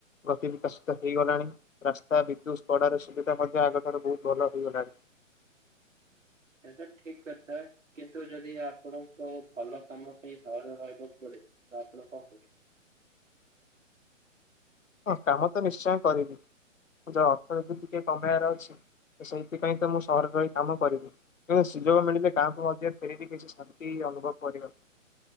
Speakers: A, on the left; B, on the right.
A: ଗତି ବିକଶିତ ହେଇଗଲାଣି। ରାସ୍ତା, ବିଦ୍ୟୁତ୍, କଡାର ସୁବିଧା ମଧ୍ୟ ଆଗଠାରୁ ବହୁତ ଭଲ ହେଇଗଲାଣି।
B: ଏ ତ ଠିକ କଥା, କିନ୍ତୁ ଯଦି ଆପଣଙ୍କ ଭଲ କାମ ପାଇଁ ସହର ରହିବାକୁ ପଡେ ତ ଆପଣ କଣ କରିବେ?
A: ହଁ କାମ ତ ନିଶ୍ଚୟ କରିବି, ଯୋଉ ଅର୍ଥନୀତି ଟିକେ କମେଇବାର ଅଛି। ସେଇଥିପାଇଁ ତ ମୁଁ ସହରରେ ରହି କାମ କରିବି। କିନ୍ତୁ ସୁଯୋଗ ମିଳିଲେ କାହାକୁ ମଧ୍ୟ ଫେରିକି କିଛି ଶାନ୍ତି ଅନୁଭବ କରିବ।